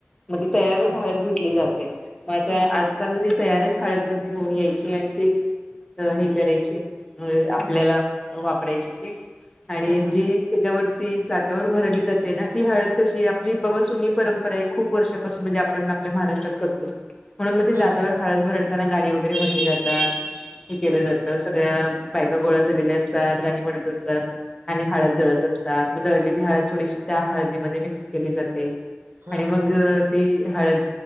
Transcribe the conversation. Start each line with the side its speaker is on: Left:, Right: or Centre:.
Left: मग ती
Right: ओके
Left: तयारच
Right: हा
Left: हळद घेटली जाते मग
Right: हम्म
Left: त्या
Right: हम्म
Left: आजकाल ती तयारच हळद घेऊन यायचे आणि तेच हे करायचे
Right: हम्म
Left: आपल्याला. वापरायची ती आणि
Right: हं हं
Left: जी त्याच्यावरती जात्यावर भरडली जाते ना ती हळद कशी आहे आपली बाबा जुनी परंपरा आहे खूप वर्षापासून म्हणजे आ पण आपल्या महाराष्ट्रात करतो. म्हणून मग ते
Right: हं
Left: जात्यावर हळद भरडताना गानि वगैरे म्हणली जातात हे केलं
Right: हं
Left: जात. तर सगळ्या बायका गोळ्या झालेल्या असतात गाणी म्हणत असतात. आणि हळद दळत असतात मग दळलेली हळद थोडीशी त्या हळदीमध्ये मिक्स केली जाते.
Right: हं
Left: आणि मग ती हळद